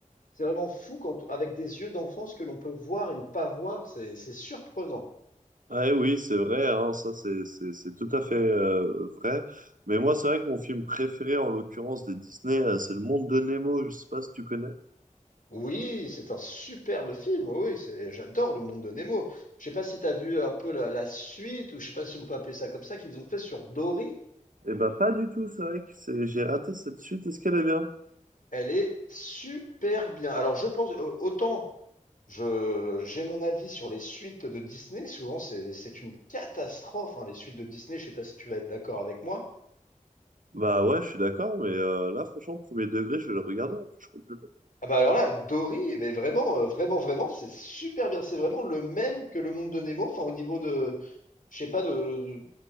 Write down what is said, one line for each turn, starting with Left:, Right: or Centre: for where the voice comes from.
Left: c'est vraiment fou quand, avec des yeux d'enfant, ce que l'on peut voir et ne pas voir, c'est, c'est surprenant.
Right: Ah, eh oui, c'est vrai, hein, ça, c'est c'est- c'est tout à fait euh, vrai. Mais moi, c'est vrai que mon film préféré, en l'occurrence, des Disney, euh, c'est Le Monde de Nemo. Je sais pas si tu connais.
Left: Oui, c'est un superbe film. Oui, c'est, j'adore le monde de Nemo. Je sais pas si tu as vu un peu la, la suite ou je sais pas si on peut appeler ça comme ça qu'ils ont fait sur Dory.
Right: Eh ben, pas du tout. C'est vrai que c'est- j'ai raté cette suite. Est-ce qu'elle est bien?
Left: Elle est super bien. Alors, je pense, au- autant je, j'ai mon avis sur les suites de Disney, souvent c'est, c'est une catastrophe, hein, les suites de Disney, je sais pas si tu vas être d'accord avec moi.
Right: Bah ouais, je suis d'accord, mais euh, là, franchement, premier degré, je vais le regarder en plus. Je crois que je l'ai.
Left: Ah bah alors là, Dory, mais vraiment, euh, vraiment, vraiment, c'est super bien. C'est vraiment le même que le monde de Nemo. Enfin, au niveau de, je sais pas, de,